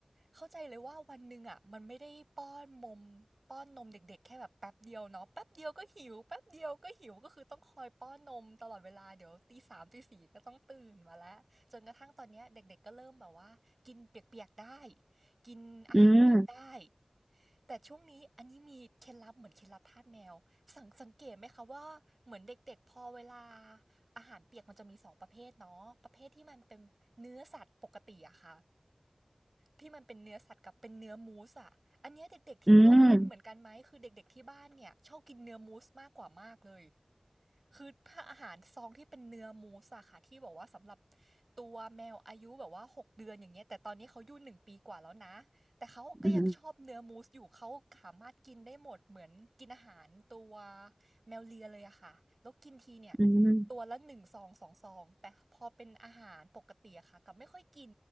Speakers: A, on the right; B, on the right.
A: เข้าใจเลยว่าวันหนึ่งอ่ะมันไม่ได้ป้อนมมป้อนนมเด็กๆแค่แบบแป๊บเดียวเนาะแป๊บเดียวก็หิวแป๊บเดียวก็หิวก็คือต้องคอยป้อนนมตลอดเวลาเดี๋ยวตีสามตีสี่ก็ต้องตื่นมาแล้วจนกระทั่งตอนเนี้ยเด็กๆก็เริ่มแบบว่ากินเปียกๆได้กินอาหารเม็ดได้
B: อืม
A: แต่ช่วงนี้อันนี้มีเคล็ดลับเหมือนเคล็ดลับทาสแมวสังสังเกตไหมคะว่าเหมือนเด็กๆพอเวลาอาหารเปียกมันจะมีสองประเภทเนาะประเภทที่มันเป็นเนื้อสัตว์ปกติอะค่ะที่มันเป็นเนื้อสัตว์กับเป็นเนื้อมูสอะอันเนี้ยเด็กๆที่บ้านเป็นเหมือนกันไหมคือเด็กๆที่บ้านเนี่ยชอบกินเนื้อมูสมากกว่ามากเลย
B: อืม
A: คือถ้าอาหารซองที่เป็นเนื้อมูสอะค่ะที่บอกว่าสำหรับตัวแมวอายุแบบว่าหกเดือนอย่างเงี้ยแต่ตอนนี้เขาอายู่หนึ่งปีกว่าแล้วนะแต่เขาก็ยังชอบเนื้อมูสอยู่เขาสามารถกินได้หมดเหมือนกินอาหารตัว
B: อืม
A: แมวเลียเลยอะค่ะแล้วกินทีเนี่ย
B: อืม
A: ตัวละหนึ่งซองสองซองแต่พอเป็นอาหารปกติอะค่ะกับไม่ค่อยกิน